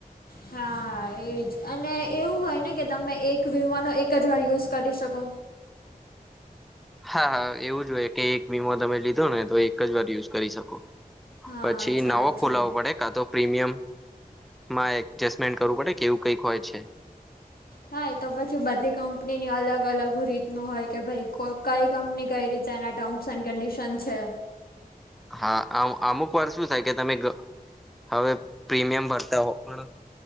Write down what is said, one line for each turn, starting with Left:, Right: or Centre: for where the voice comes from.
Left: હા એજ અને એવું હોય ને કે તમે એક વિમાનો એક જ વાર યુઝ કરી શકો.
Centre: હા હા એવું જ હોય કે એક વીમો તમે લીધો ને તો એક જ વાર યુઝ કરી શકો.
Left: હા
Centre: પછી
Left: અચ્છા
Centre: નવો
Left: અચ્છા
Centre: ખોલાવો પડે. કા તો પ્રીમિયમ માં એડજેસ્ટમેન્ટ કરવું પડે કેવું કઈક હોય છે.
Left: હા એ તો પછી બધી કંપનીની અલગ અલગ રીતનું હોય કે ભાઈ કઈ કંપની કઈ રીત. એના ટર્મ્સ એન્ડ કન્ડિશન છે.
Centre: હા અ અમુક વાર શું થાય કે તમે હવે પ્રીમિયમ ભરતા હો પણ